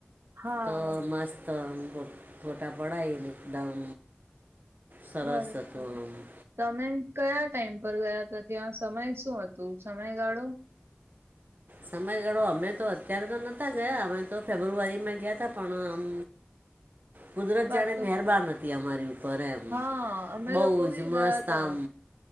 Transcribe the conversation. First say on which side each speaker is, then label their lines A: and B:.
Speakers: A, on the right; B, on the right.
A: હા
B: તો મસ્ત ફોટા પડાયને, એકદમ. સરસ
A: બરોબર.
B: હતું આમ
A: તમે કયા ટાઈમ પર ગયા હતા, ત્યાં સમય શું હતું? સમયગાળો.
B: સમયગાળો અમે તો અત્યારે તો નહોતા ગયા, અમે તો ફેબ્રુઆરીમાં ગયા તા, પણ આમ કુદરત
A: વાત
B: જાણે મહેરબાન હતી અમારી ઉપર, એમ
A: હા અમે
B: બહુ
A: લોકો બી
B: જ મસ્ત
A: ગયા તા
B: આમ.